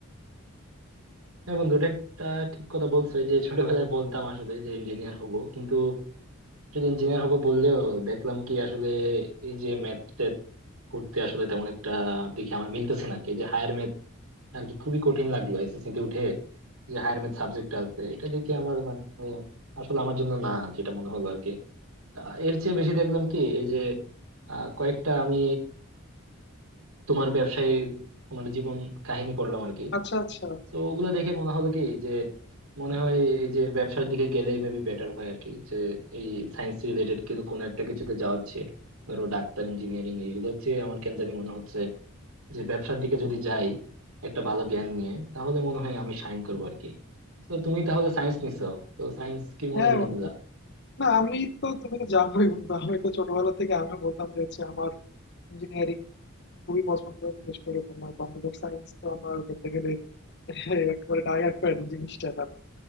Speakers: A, on the right; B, on the left.
A: হ্যাঁ বন্ধু এটা একটা ঠিক কথা বলছো এই যে ছোটবেলায় বলতাম আসলে যে ইঞ্জিনিয়ার হব কিন্তু যদি ইঞ্জিনিয়ার হব বললেও দেখলাম কি আসলে এই যে ম্যাথ ট্যাথ করতে আসলে তেমন একটা দেখি আমার মিলতেছে না আর কি যে হায়ার আর কি খুবই কঠিন লাগলো এসএসসি তে উঠে যে হায়ার ম্যাথ সাবজেক্টটা আছে এটা দেখে আমার মানে আসলে আমার জন্য না যেটা মনে হলো আর কি আহ, এর চেয়ে বেশি দেখলাম কি এই যে আহ, কয়েকটা আমি তোমার ব্যবসায়ীর তোমার জীবন কাহিনী পড়লাম আর কি
B: আচ্ছা আচ্ছা
A: তো ওগুলো দেখে মনে হলো কি যে মনে হয় এই যে ব্যবসার দিকে গেলেই মেবি বেটার হয় আর কি যে এই সায়েন্স রিলেটেড কিন্তু কোনো একটা কিছুতে যাওয়ার চেয়ে ধরো ডাক্তার ইঞ্জিনিয়ারিং এইগুলো হচ্ছে আমার কেন জানি মনে হচ্ছে যে ব্যবসার দিকে যদি যাই একটা ভালো জ্ঞান নিয়ে তাহলে মনে হয় আমি সাইন করবো আর কি তো তুমি তাহলে সায়েন্স নিছো তো সায়েন্স কি
B: হ্যাঁ
A: মনে করে
B: বন্ধু
A: নিলা
B: না আমি তো তুমি তো জানোই বন্ধু আমি তো ছোটবেলা থেকে আমিও বলতাম যে হচ্ছে আমার ইঞ্জিনিয়ারিং খুবই পছন্দ বিশেষ করে তোমার কম্পিউটার সায়েন্স তো আমার বলতে গেলে <laughs> একেবারে ডাই হার্ড ফ্যান জিনিসটা আমি।